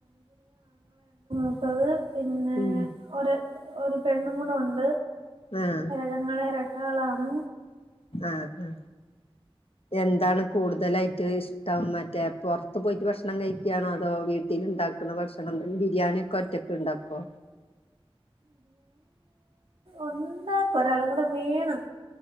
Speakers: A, on the right; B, on the left.
A: ത്തത് പിന്നെ
B: ഉം
A: ഒ ഒരു പെണ്ണും കൂടെ ഉണ്ട്
B: ആഹ
A: ഞങ്ങള് ഇരട്ടാളാണ്
B: ആഹ ആ എന്താണ് കൂടുതലായിട്ട് ഇഷ്ടം മറ്റേ പുറത്ത് പോയിട്ട് ഭക്ഷണം കഴിക്കുകയാണോ അതോ വീട്ടിൽ ഉണ്ടാക്കുന്ന ഭക്ഷണം ബിരിയാണിയ ഒക്കെ ഒറ്റക്കെ ഇണ്ടാക്കോ
A: ഉണ്ടാക്ക ഒരാളും കൂടെ വേണം